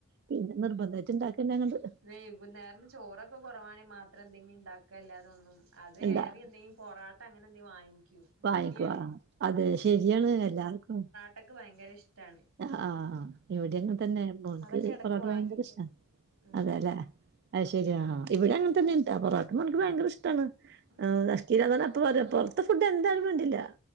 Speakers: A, on the right; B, on the right.
A: പിന്നെ നിർബന്ധായിട്ട് ഉണ്ടാക്കന്നെ അങ്ങട്
B: വൈകുന്നേരം ചോറൊക്കെകുറവാണെ മാത്രം എന്തെങ്കിണ്ടാക്കല്ലാതൊന്നും അത് വേറെ
A: ഇണ്ടാ
B: എന്തെങ്കിലും പൊറാട്ട അങ്ങനെ എന്തെങ്കിലും വാങ്ങിക്കും.
A: വാങ്ങിക്കൊള
B: മടിയാണ്
A: അഹ് അത് ശരിയാണ് എല്ലാർക്കും
B: ക്കക്ക് ഭയങ്കരയിഷ്ടാണ്.
A: ആഹ് ആഹാ ഇവടിയങ്ങനത്തനെ മോൻക്ക്
B: അതൊക്കെ ഇടക്ക്
A: പൊറാട്ട
B: വാങ്ങിക്കും
A: ഭയങ്കരയിഷ്ട്ട
B: ഉം
A: അതേലേ? അത് ശരിയാ ഇവിടങ്ങനതന്നെയാ പൊറോട്ട മോൻക്ക് ഭയങ്കരെഷ്ടാണ്
B: ഉം
A: <unintelligible> അപ്പ പറയും പൊറത്തെ ഫുഡെന്തായാലും വേണ്ടില്ല